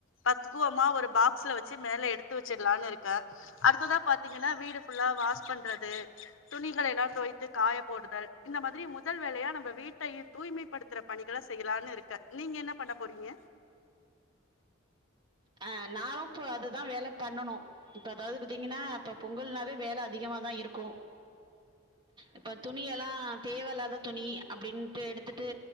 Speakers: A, on the left; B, on the right.
A: பத்து பூவமா ஒரு பாக்ஸ்ல வச்சு மேலே எடுத்து வச்சிட்லான் இருக்கே அடுத்ததா பாத்தீங்கன்னா வீடு ஃபுல்லா வாஷ் பண்றது துணிகள எல்லா துவைத்து காய போடுதல் இந்த மாதிரி முதல் வேலையா நம்ம வீட்டையு தூய்மைப்படுத் துற பணிகள செய்யலான்னு இருக்க நீங்க என்ன பண்ண போறீங்க
B: ஆ நானும் இப்போ அதுதா வேல பண்ணனு இப்ப அதாவது பாத்தீங்கன்னா இப்ப பொங்கல்னாவே வேல அதிகம தா இருக்கு இப்ப துணி எல்லா தேவயில்லாத துணி அப்டின்ட்டு எடுத்துட்டு